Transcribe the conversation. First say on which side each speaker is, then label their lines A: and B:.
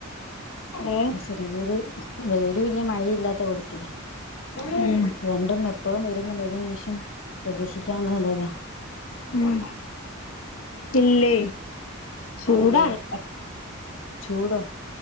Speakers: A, on the left (about 80°); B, on the left (about 65°).
A: ഏഹ്
B: ചെറിയൊരു വയിലുല്ലാ മഴയുല്ലാത്ത കോലത്തില
A: ഉം
B: രണ്ടും എപ്പോഴും വരും എന്നുള്ള ഏത് നിമിഷം പ്രതീക്ഷിക്കാവുന്ന നിലേല
A: ഉം ഇല്ലേ ചൂടാണ്
B: ഇല്ലേ ചൂടോ